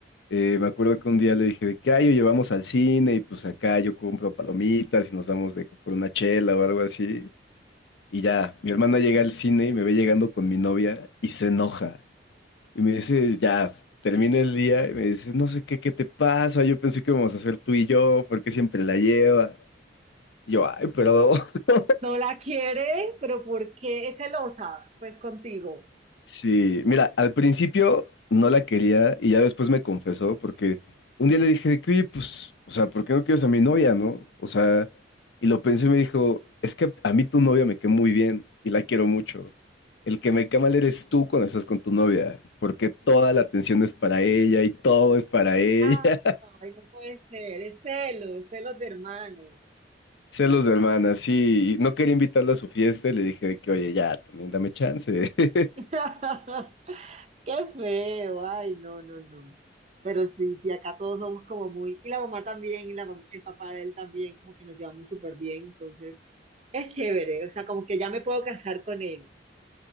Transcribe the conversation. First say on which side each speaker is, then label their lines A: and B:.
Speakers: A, on the left; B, on the right.
A: Eh, me acuerdo que un día le dije de que, ay, oye, vamos al cine y pues acá yo compro palomitas y nos vamos de que por una chela o algo así. Y ya, mi hermana llega al cine y me ve llegando con mi novia y se enoja. Y me dice, ya, termina el día y me dice, no sé qué, qué te pasa, yo pensé que íbamos a hacer tú y yo, ¿por qué siempre la llevas? Yo, ay, pero <laughs>
B: No la quiere, pero ¿por qué es celosa? Pues contigo.
A: sí, mira, al principio no la quería y ya después me confesó porque un día le dije de que, oye, pues, o sea, ¿por qué no quieres a mi novia, no? O sea, y lo pensé y me dijo, es que a mí tu novia me cae muy bien y la quiero mucho. El que me cae mal eres tú cuando estás con tu novia, porque toda la atención es para ella y todo es para ella.
B: Ah, ay, no puede ser, es celos, celos de hermano.
A: <laughs> Celos de hermana, sí. y No quería invitarla a su fiesta y le dije de que, oye, ya, también dame chance. <laughs>
B: <laughs> Qué feo, ay, no, no, no. Pero sí, sí, acá todos somos como muy, y la mamá también, y la mam- el papá de él también, como que nos llevamos súper bien, entonces es chévere, o sea, como que ya me puedo casar con él.